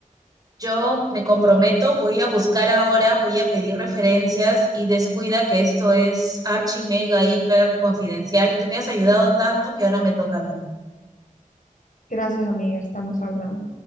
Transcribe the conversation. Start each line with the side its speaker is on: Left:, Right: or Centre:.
Right: Yo me comprometo, voy a buscar ahora, voy a pedir referencias y descuida que esto es archi mega hiper confidencial. Tú me has ayudado tanto que ahora me toca a mí.
Left: Gracias, amiga, estamos hablando.